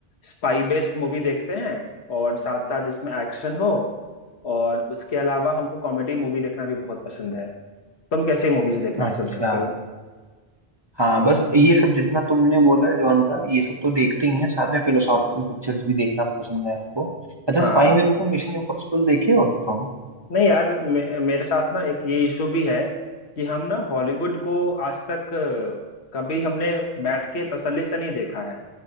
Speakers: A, on the left; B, on the right.
A: स्पाई बेस्ड मूवी देखते हैं और साथ साथ जिसमें एक्शन हो और उसके अलावा हमको कॉमेडी मूवी देखना भी बहुत पसंद है तुम कैसी मूवीज देखना
B: अच्छा
A: पसंद करते हो
B: हाँ बस ये सब जितना तुमने बोला जॉनरा ये सब तो देखते ही हैं साथ में फिलोसॉफिकल पिक्चर्स भी देखना पसंद है हमको अच्छा
A: हाँ
B: स्पाई में तुमको मिशन इम्पॉसिबल देखे हो तुम
A: नहीं यार मे, मेरे साथ ना एक ये इशू भी है कि हम ना हॉलीवुड को आज तक अ, कभी हमने बैठ के तसल्ली से नहीं देखा है